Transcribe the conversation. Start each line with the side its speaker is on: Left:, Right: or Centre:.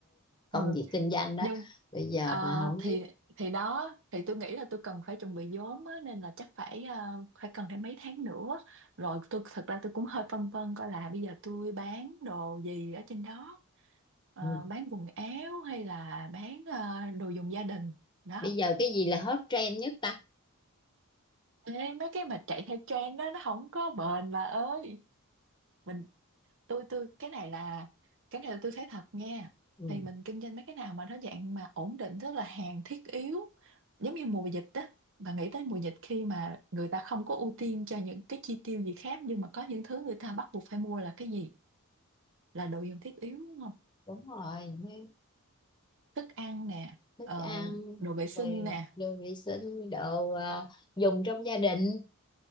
Left: công
Right: ừ
Left: việc kinh doanh đó
Right: nhưng
Left: bây giờ
Right: ờ,
Left: mà không
Right: thì
Left: biết
Right: thì đó thì tôi nghĩ là tôi cần phải chuẩn bị vốn á, nên là chắc phải ờ, phải cần thêm mấy tháng nữa rồi tôi thật ra tôi cũng hơi phân vân coi là bây giờ tôi bán đồ gì ở trên đó Ờ,
Left: ừ.
Right: bán quần áo hay là bán ờ, đồ dùng gia đình đó
Left: bây giờ cái gì là hot trend nhất ta
Right: Ê, mấy cái mà chạy theo trend đó nó không có bền bà ơi mình tôi tôi cái này là cái này là tôi thấy thật nha
Left: ừ.
Right: thì mình kinh doanh mấy cái nào mà nó dạng mà ổn định tức là hàng thiết yếu giống như mùa dịch đó bà nghĩ tới mùa dịch khi mà người ta không có ưu tiên cho những cái chi tiêu gì khác nhưng mà có những thứ người ta bắt buộc phải mua là cái gì là đồ dùng thiết yếu đúng không
Left: đúng rồi như
Right: thức ăn nè
Left: thức
Right: ờ,
Left: ăn
Right: đồ vệ sinh
Left: rồi
Right: nè
Left: đồ vệ sinh đồ à, dùng trong gia đình